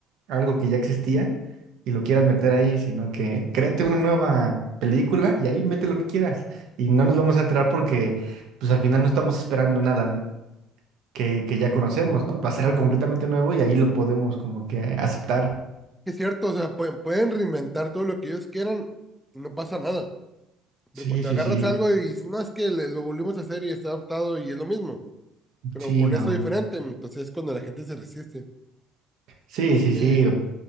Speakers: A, on the right; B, in the centre.
A: algo que ya existía y lo quieras meter ahí, sino que créate una nueva película y ahí mete lo que quieras. Y no
B: pues
A: nos
B: sí.
A: vamos a enterar porque, pues al final no estamos esperando nada n- que, que ya conocemos, ¿no? Va a ser algo completamente nuevo y ahí lo podemos como que aceptar.
B: Es cierto, o sea, pueden, pueden reinventar todo lo que ellos quieran y no pasa nada.
A: Sí,
B: Pero cuando
A: sí,
B: agarras
A: sí,
B: algo y dices, no, es que le- lo volvimos a hacer y está adaptado y es lo mismo, pero
A: sí,
B: con
A: no.
B: eso diferente, entonces es cuando la gente se resiste.
A: Sí, sí, sí.
B: Eh,